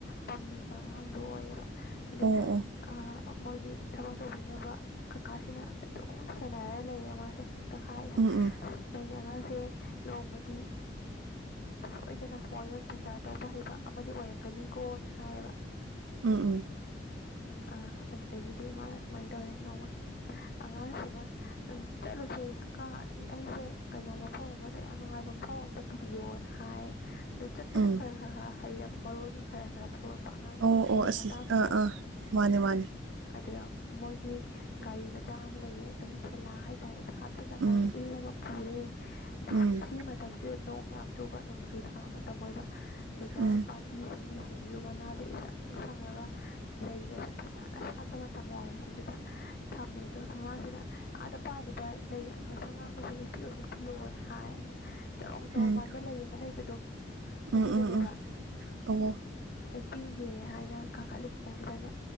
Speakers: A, on the left; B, on the right.
A: ꯄꯝꯅꯤꯡꯕ ꯑꯉꯥꯡꯗꯣ ꯑꯣꯏꯌꯦꯕ ꯑꯗꯨꯒ
B: ꯑꯣ ꯑꯣ
A: ꯑꯥ ꯃꯣꯏꯒꯤ ꯊꯕꯛ ꯇꯧꯕꯤꯅꯕ ꯀꯀꯥꯁꯤꯅ ꯑꯗꯨꯝ ꯁꯦꯟꯅꯔ ꯂꯩꯌꯦ ꯃꯥꯁꯦ <unintelligible>
B: ꯎꯝ ꯎꯝ
A: ꯑꯉꯥꯡꯁꯦ ꯅꯣꯡꯃꯗꯤ ꯁꯣꯏꯗꯅ ꯋꯥꯌꯦꯜ ꯕꯤꯆꯥꯔ ꯇꯧꯕ ꯍꯩꯕ ꯑꯃꯗꯤ ꯑꯣꯏꯔꯛꯀꯅꯤꯀꯣꯅ ꯍꯥꯏꯌꯦꯕ
B: ꯎꯝ ꯎꯝ
A: ꯑ ꯑꯗꯨꯗꯒꯤꯗꯤ ꯃꯥꯅ ꯁꯨꯃꯥꯏꯅ ꯇꯧꯔꯦ ꯅꯣꯡꯃ ꯑꯉꯥꯡꯁꯤꯅ ꯎ ꯆꯠꯂꯨꯁꯦ ꯀꯀꯥ ꯑꯩꯁꯦ ꯀꯩꯅꯣ ꯃꯐꯝ ꯑꯃꯗ ꯌꯥꯝ ꯅꯨꯡꯉꯥꯏꯕ ꯃꯐꯝ ꯑꯃꯗ ꯄꯨꯕꯤꯌꯣꯅ ꯍꯥꯏ ꯑꯗꯨ ꯆꯠꯄꯗꯤ
B: ꯎꯝ
A: ꯈꯔ ꯈꯔ ꯈꯔ ꯍꯩꯔꯕ ꯃꯔꯣꯟꯒ ꯈꯔ ꯈꯔ ꯊꯣꯛꯂꯛꯄ ꯑꯉꯥꯡꯒꯤ
B: ꯑꯣ
A: ꯌꯥꯝ ꯅꯨꯡꯁꯤꯕ
B: ꯑꯣ ꯑꯁꯤ
A: ꯃꯇꯥꯡꯗꯨꯅꯦꯕ
B: ꯑꯥ ꯑꯥ ꯃꯥꯅꯦ ꯃꯥꯅꯦ
A: ꯑꯗꯨꯗ ꯃꯣꯏꯒꯤ ꯒꯥꯔꯤ ꯃꯆꯥ ꯑꯃ ꯂꯩꯌꯦ ꯑꯗꯨꯝ ꯊꯦꯂꯥ ꯍꯥꯏꯇꯥꯔꯦ ꯍꯥꯞꯆꯤꯜꯂꯀꯥꯟꯗ
B: ꯎꯝ
A: ꯏꯜꯂꯒ ꯄꯨꯔꯦ
B: ꯎꯝ
A: <unintelligible> ꯃꯇꯝꯁꯤꯗ ꯅꯣꯡ ꯌꯥꯝ ꯆꯨꯕ ꯅꯣꯡꯖꯨ ꯊꯥ ꯃꯇꯝ ꯑꯣꯏꯕ ꯑꯗꯨꯒ
B: ꯎꯝ
A: ꯄꯥꯝꯕꯤ ꯁꯤꯡꯕꯤꯁꯤꯡꯁꯤꯁꯨ ꯃꯅꯥꯁꯦ ꯏꯁꯪ ꯁꯪꯉꯒ ꯂꯩꯒꯁꯦ ꯐꯖꯅ ꯁꯥꯠꯄ ꯃꯇꯝ ꯑꯣꯏ ꯑꯗꯨꯗ ꯊꯝꯃꯦ ꯑꯗꯨ ꯑꯉꯥꯡꯁꯤꯗ ꯑꯥꯗ ꯄꯥꯜꯂꯤꯕ ꯂꯩ ꯉꯪꯁꯡ ꯑꯉꯥꯡꯕꯁꯦ ꯍꯦꯛꯄꯤꯌꯣꯑꯣ ꯍꯦꯛꯄꯤꯌꯣꯅ ꯍꯥꯏ ꯆꯔꯣꯡ ꯆꯔꯣꯡ
B: ꯎꯝ
A: ꯄꯥꯟꯕ ꯂꯩ ꯃ ꯂꯩꯩꯕꯗꯣ
B: ꯎꯝ
A: ꯑꯗꯨꯗꯨꯅꯦꯕ
B: ꯎꯝ ꯎꯝ ꯑꯣ
A: ꯍ ꯄꯤꯒꯦ ꯍꯥꯏꯅ ꯀꯥꯈꯠꯂꯤꯕ ꯀꯥꯟꯁꯤꯗꯅꯦ